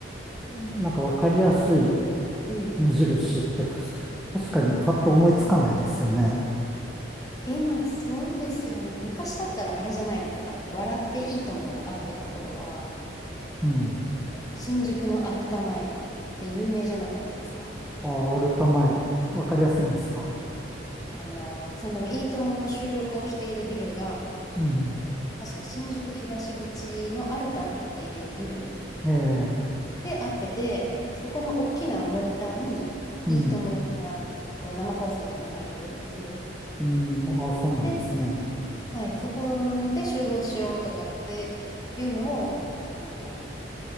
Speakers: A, in the centre; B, on the left (about 20°).
A: ーなんかわかりやすい
B: うん。
A: 目印ってた確かにパッと思いつかないですよね。
B: 今、そうですよね。昔だったらあれじゃないですか。笑っていいともが会ってた頃は、
A: うん。
B: えっと、新宿のアルタ前って有名じゃなかったですか。
A: あ、アルタ前、わかりやすいんですか。
B: あの、そのいいともの収録をしているビルが、
A: うん。
B: 確か新宿東口のアルタっていうビル
A: ええ、
B: で会ってて、そこの大きなモニターにいいともがこう生放送で流れてるっていう。
A: うん。うん。あ、そうなんですね。
B: で、はい、そこで集合しようとかっていうのを、あの、